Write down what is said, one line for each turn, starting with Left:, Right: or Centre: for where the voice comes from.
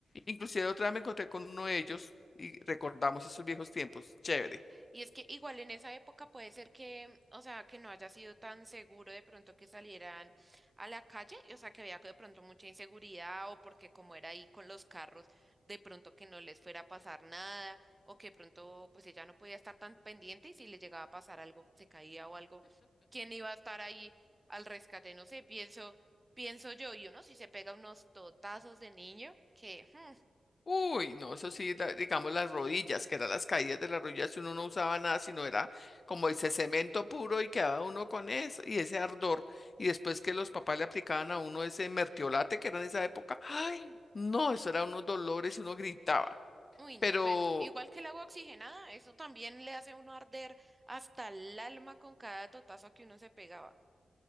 Left: inclusive otra vez me encontré con uno de ellos y recordamos esos viejos tiempos, chévere.
Right: Y es que igual en esa época puede ser que, o sea, que no haya sido tan seguro de pronto que salieran a la calle, o sea, que había de pronto mucha inseguridad o porque como era ahí con los carros, de pronto que no les fuera a pasar nada o que de pronto pues ella no podía estar tan pendiente y si le llegaba a pasar algo, se caía o algo, ¿quién iba a estar ahí al rescate? No sé, pienso, pienso yo, y uno si se pega unos totazos de niño, que... hmm,
Left: Uy, no, eso sí, la- digamos las rodillas, que eran las caídas de las rodillas, si uno no usaba nada, sino era como dice cemento puro y quedaba uno con eso y ese ardor. Y después que los papás le aplicaban a uno ese mertiolate que era en esa época, ay, no, eso era unos dolores y uno gritaba.
Right: Uy, no,
Left: Pero
Right: pues igual que el agua oxigenada, eso también le hace a uno arder hasta el alma con cada totazo que uno se pegaba.